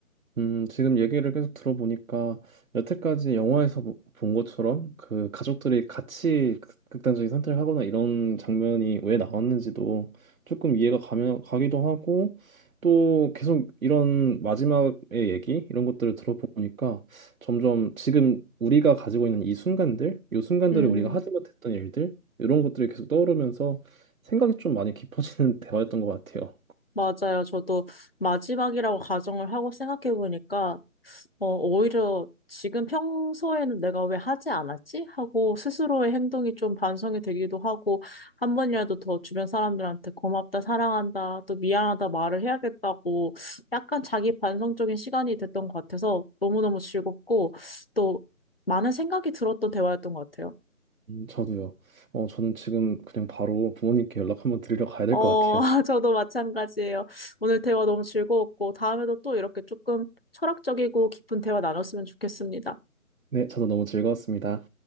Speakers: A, on the right; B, on the left.
A: 음, 지금 얘기를 계속 들어보니까 여태까지 영화에서 보- 본 것처럼 그 가족들이 같이 극- 극단적인 선택을 하거나 이런 장면이 왜 나왔는지도 조금 이해가 가면 가기도 하고 또 계속 이런 마지막의 얘기 이런 것들을 들어보니까 점점 지금 우리가 가지고 있는 이 순간들, 이 순간들을
B: 음,
A: 우리가 하지 못했던 일들 이런 것들이 계속 떠오르면서 생각이 좀 많이 깊어지는 <laughs> 대화였던 것 같아요.
B: 맞아요. 저도 마지막이라고 가정을 하고 생각해보니까 어, 오히려 지금 평소에는 내가 왜 하지 않았지? 하고 스스로의 행동이 좀 반성이 되기도 하고 한 번이라도 더 주변 사람들한테 고맙다, 사랑한다, 또 미안하다 말을 해야겠다고 약간 자기 반성적인 시간이 됐던 것 같아서 너무너무 즐겁고 또 많은 생각이 들었던 대화였던 것 같아요.
A: 음, 저도요. 어, 저는 지금 그냥 바로 부모님께 연락 한번 드리러 가야 될
B: 어,
A: 것 같아요.
B: <laughs> 저도 마찬가지예요. 오늘 대화 너무 즐거웠고 다음에도 또 이렇게 조금 철학적이고 깊은 대화 나눴으면 좋겠습니다.
A: 네, 저도 너무 즐거웠습니다.